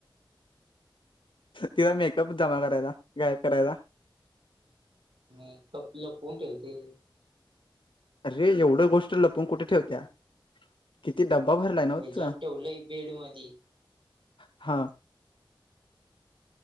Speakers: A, on the left; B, on the right.
A: तिला मेकअप जमा करायचा गायब करायचा
B: म कपलं फोन ठेवते.
A: अरे एवढं गोष्ट लपवून कुठे ठेवत्या. किती डब्बा भरलाय नव्ह
B: ह्याच्यात
A: तीचा
B: ठेवलंय बेड मधी
A: हा.